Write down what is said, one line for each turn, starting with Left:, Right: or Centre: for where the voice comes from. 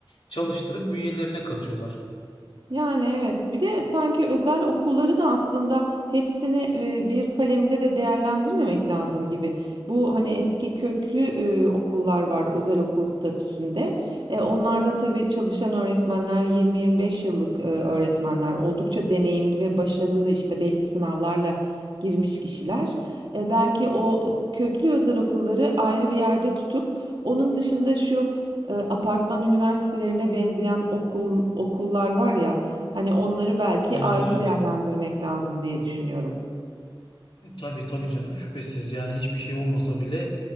Left: çalıştırıp bünyelerine katıyorlar.
Right: Yani evet. Bir de sanki özel okulları da aslında hepsini e, bir kalemde de değerlendirmemek lazım gibi. Bu hani eski köklü e, okullar var özel okul statüsünde. E, onlarda tabii çalışan öğretmenler 20-25 yıllık e, öğretmenler oldukça deneyimli ve başarılı işte belli sınavlarla girmiş kişiler. E, belki o köklü özel okulları ayrı bir yerde tutup onun dışında şu e, apartman üniversitelerine benzeyen okul okullar var ya hani onları belki
Left: Evet
Right: ayrı
Left: evet.
Right: değerlendirmek lazım diye düşünüyorum.
Left: E, tabii tabii canım şüphesiz. Yani hiçbir şey olmasa bile